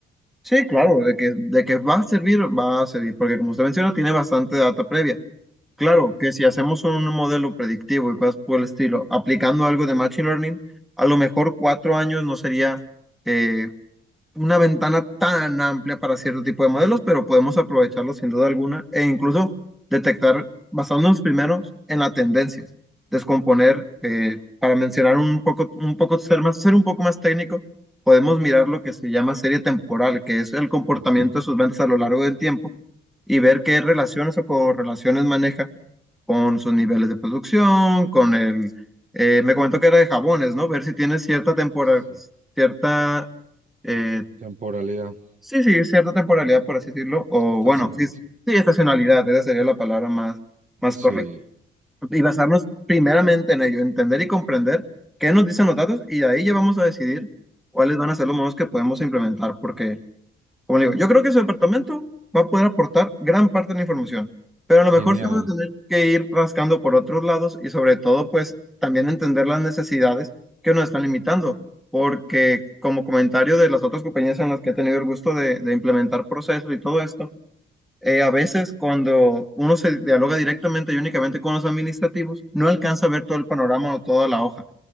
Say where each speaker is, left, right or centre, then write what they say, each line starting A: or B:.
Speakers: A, in the centre; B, on the right.
A: Sí, claro, de que, de que va a servir, va a servir, porque como usted menciona, tiene bastante data previa. Claro, que si hacemos un modelo predictivo y cosas por el estilo, aplicando algo de Machine Learning, a lo mejor cuatro años no sería eh, una ventana tan amplia para cierto tipo de modelos, pero podemos aprovecharlos sin duda alguna e incluso detectar, basándonos primero en las tendencias, descomponer, eh, para mencionar un poco, un poco ser más, ser un poco más técnico, podemos mirar lo que se llama serie temporal, que es el comportamiento
B: Ok,
A: de sus ventas a lo largo del tiempo y ver qué relaciones o correlaciones maneja con sus niveles de producción, con el... eh, me comentó que era de jabones, ¿no? Ver si tiene cierta temporada,
B: Sí.
A: cierta eh,
B: Temporalidad,
A: Sí, sí, cierta temporalidad, por así decirlo, o
B: estacionalidad.
A: bueno, sí, sí,
B: Sí,
A: estacionalidad, esa sería la palabra más, más correcta.
B: Sí,
A: Y basarnos primeramente en ello, entender y comprender qué nos dicen los datos y de ahí ya vamos a decidir cuáles van a ser los modos que podemos implementar, porque como le digo, yo creo que su departamento va a poder aportar gran parte de la información, pero a lo
B: genial,
A: mejor sí vamos a tener que ir rascando por otros lados y sobre todo, pues, también entender las necesidades que nos están limitando, porque como comentario de las otras compañías en las que he tenido el gusto de, de implementar procesos y todo esto, eh, a veces cuando uno se dialoga directamente y únicamente con los administrativos, no alcanza a ver todo el panorama o toda la hoja.